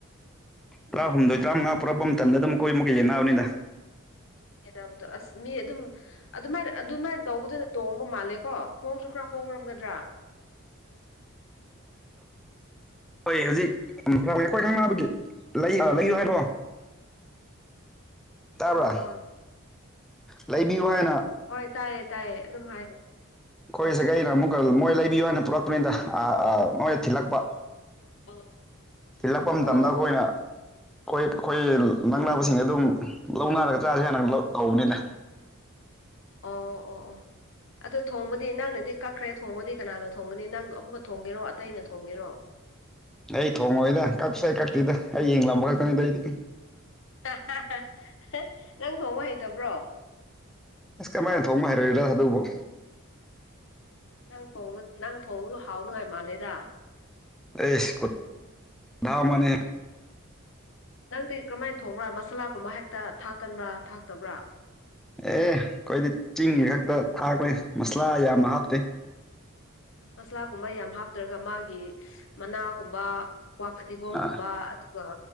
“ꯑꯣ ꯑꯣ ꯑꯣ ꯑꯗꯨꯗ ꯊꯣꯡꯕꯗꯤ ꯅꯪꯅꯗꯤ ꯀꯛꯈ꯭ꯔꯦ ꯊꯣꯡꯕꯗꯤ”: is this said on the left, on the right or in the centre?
Left